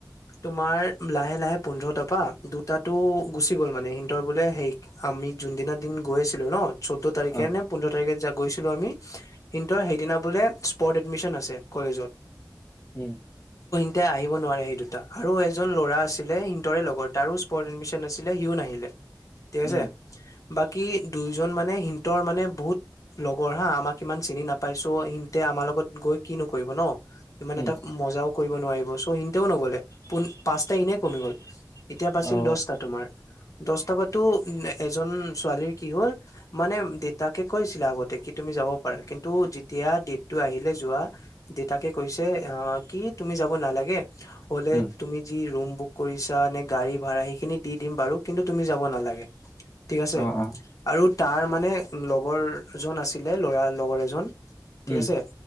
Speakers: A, on the left; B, on the left.
A: তোমাৰ লাহে- লাহে পোন্ধৰ টাপা দুটা টো। গুচি গ'ল মানে, সিহতৰ বোলে সেই আমি যোনদিনা দিন গৈ আছিলো ন' চৈধ্য তাৰিখে
B: অ
A: নে পোন্ধৰ তাৰিখে। গৈছিলো আমি, কিন্তু সেইদিনা বোলে স্পৰ্ট এডমিশন আছে কলেজত।
B: উম <inaudible>
A: এতিয়া আহিব নোৱাৰে সেই দুটা আৰু এজন ল'ৰা আছিলে সিহতৰে লগৰ, তাৰো স্পন ইংলিছ নাছিলে, সিও নাহিলে ঠিক আছে।
B: উম
A: বাকী দুয়োজন মানে সিহতৰ মানে বহুত লগৰ হা, আমাক ইমান চিনি নাপাই চও সিহঁতে আমাৰ লগত গৈ কিনো কৰিব নহ সি‌ মানে
B: উম
A: তাক মজাওক কৰিব নোৱাৰিব ছও সিহঁতেও নগলে, পোন পাঁচটা ইনে কমি গল। এতিয়া বাজিল
B: অ
A: দছটা দছটা বাতো এজন ছোৱালীৰ কি হ'ল মানে দেউতাকে কৈছিলে, আগতে কি তুমি যাব পাৰা, কিন্তু যেতিয়া ডেটটো আহিলে যোৱা দেউতাকে কৈছে আহ কি তুমি যাব নালাগে হলে
B: উম
A: তুমি যি ৰুম বুক কৰিছা নে, গাড়ী ভাড়া সেইখিনি দি দিম বাৰু কিন্তু তুমি যাব নালাগে। ঠিক আছে
B: অ অ
A: আৰু তাৰ মানে লগৰজন আছিলে লৰাৰ লগৰ এজন ঠিক
B: উম
A: আছে